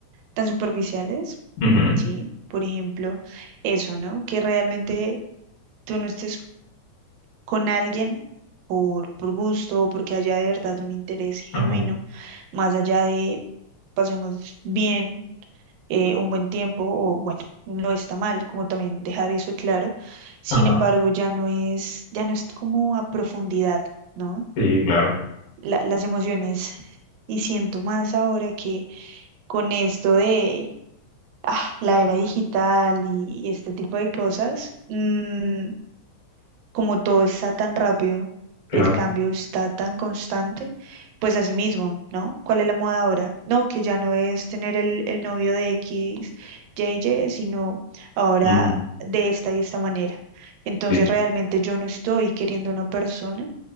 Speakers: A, on the right; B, on the left.
A: tan superficiales,
B: ujú.
A: ¿sí? Por ejemplo, eso, ¿no? Que realmente tú no estés con alguien por, por gusto o porque haya de verdad un interés genuino,
B: Ajá,
A: más allá de pasemos bien eh, un buen tiempo o bueno, no está mal, como también dejar eso claro. Sin
B: ajá,
A: embargo, ya no es, ya no es como a profundidad, ¿no?
B: Sí, claro.
A: La- las emociones y siento más ahora que con esto de ah, la era digital y, y este tipo de cosas. mm, como todo está tan rápido,
B: claro.
A: el cambio está tan constante, pues así mismo, ¿no? ¿Cuál es la moda ahora? No, que ya no es tener el, el novio de X, JJ, sino ahora
B: Ujú,
A: de esta y esta manera. Entonces
B: Sí.
A: realmente yo no estoy queriendo a una persona